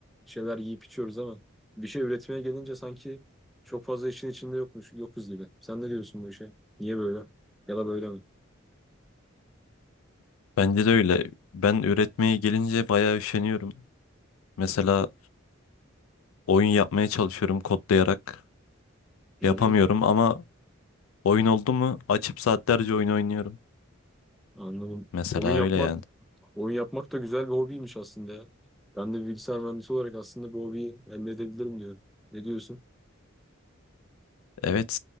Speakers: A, in the centre; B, on the left (about 85°).
A: Bir şeyler yiyip içiyoruz ama bir şey üretmeye gelince sanki çok fazla işin içinde yokmuş, yokuz gibi. Sen ne diyorsun bu işe? Niye böyle? Ya da böyle mi?
B: bence de öyle. Ben üretmeye gelince bayağı üşeniyorum. Mesela oyun yapmaya çalışıyorum kodlayarak.
A: Hı
B: Yapamıyorum
A: hı.
B: ama oyun oldu mu açıp saatlerce oyun oynuyorum.
A: Anladım.
B: Mesela
A: Oyun yapmak,
B: öyle yani.
A: oyun yapmak da güzel bir hobiymiş aslında ya. Ben de bilgisayar mühendisi olarak aslında bu hobiyi elde edebilirim diyorum. Ne diyorsun?
B: Evet,